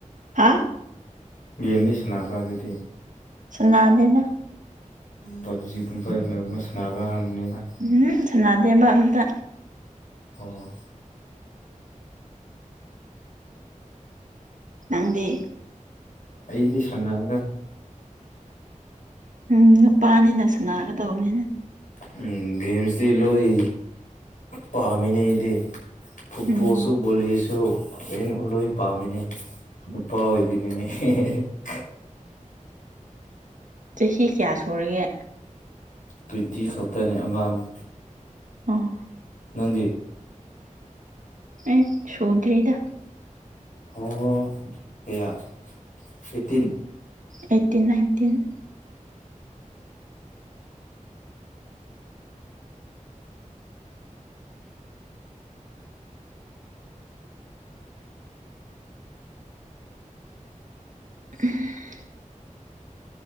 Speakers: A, on the right (about 70°); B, on the left (about 75°).
A: ꯍꯥ
B: ꯒꯦꯝꯗꯤ ꯁꯥꯟꯅꯕ꯭ꯔꯥ ꯑꯗꯨꯗꯤ
A: ꯁꯥꯟꯅꯥꯗꯦꯗ
B: ꯐꯞꯖꯤ ꯒꯨꯝꯕ ꯁꯥꯟꯅꯥꯕꯔꯥ ꯅꯪꯕꯅꯤꯗ
A: ꯎꯝ ꯁꯅꯥꯗꯦꯕ ꯑꯝꯇ
B: ꯍꯣꯢ
A: ꯅꯪꯗꯤ
B: ꯑꯩꯗꯤ ꯁꯅꯩꯗ
A: ꯎꯝ ꯅꯨꯄꯥꯅꯤꯅ ꯁꯟꯅꯥꯒꯗꯧꯅꯤꯅꯦ
B: ꯎꯝ ꯒꯦꯝꯁꯇꯤ ꯂꯣꯏ ꯄꯥꯝꯃꯤꯅꯦ ꯑꯩꯗꯤ ꯐꯨꯠꯕꯣꯜꯁꯨ
A: ꯎꯝ
B: ꯕꯣꯂꯤꯁꯨ ꯑꯩꯅ ꯂꯣꯏ ꯄꯥꯝꯃꯤꯅꯦ ꯅꯨꯄꯥ ꯑꯣꯏꯕꯅꯤꯅꯦ <unintelligible>
A: ꯆꯍꯤ ꯀꯌꯥ ꯁꯨꯔꯒꯦ
B: ꯇ꯭ꯋꯦꯟꯇꯤ ꯈꯛꯇꯅꯤ ꯑꯉꯥꯡꯅꯤ
A: ꯑꯥ
B: ꯅꯪꯗꯤ
A: ꯑꯩ ꯁꯨꯗꯔꯤꯗ
B: ꯑꯣ ꯀꯌꯥ ꯑꯩꯠꯇꯤꯟ
A: ꯑꯩꯠꯇꯤꯟ ꯅꯥꯏꯟꯇꯤꯟ <unintelligible>